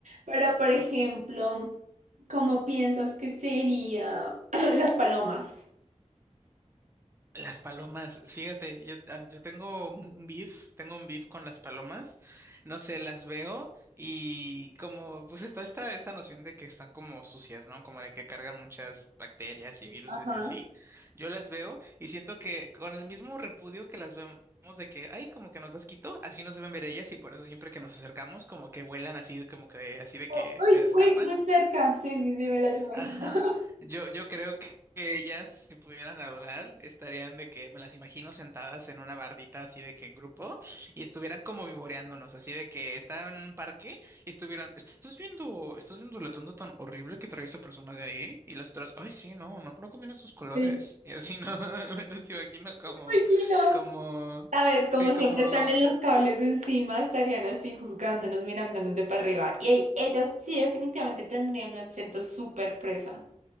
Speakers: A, on the right; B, on the right.
A: Pero, por ejemplo, ¿cómo piensas que sería <clears throat> las palomas?
B: Las palomas, fíjate, yo, ah, yo tengo un un beef, tengo un beef con las palomas, no sé, las veo y como pues está esta, esta noción de que están como sucias, ¿no? Como de que cargan muchas bacterias y viruses
A: Ajá.
B: y así, yo las veo y siento que con el mismo repudio que las vemos de que, ay, como que nos da asquito, así nos deben ver ellas y por eso siempre que nos acercamos como que vuelan así, como que así de
A: Oh,
B: que
A: uy,
B: se escapan.
A: muy, muy cerca, sí, sí, sí, me las imagino.
B: Ajá.
A: <laughs>
B: Yo, yo creo que que ellas, si pudieran hablar, estarían de que me las imagino sentadas en una bardita así de que en grupo y estuvieran como vivoreándonos, así de que estaban en un parque y estuvieran, ¿estás viendo, estás viendo lo tonto tan horrible que trae esa persona de ahí? Y las otras, ay, sí, no, no, no combina sus colores.
A: Sí,
B: Y así no, <laughs> me las imagino como,
A: me imagino.
B: como,
A: Sabes, como
B: sí, como,
A: siempre están en los cables encima, estarían así juzgándonos, mirándonos de para arriba. Y ahí, ellas sí definitivamente tendrían un acento súper fresa.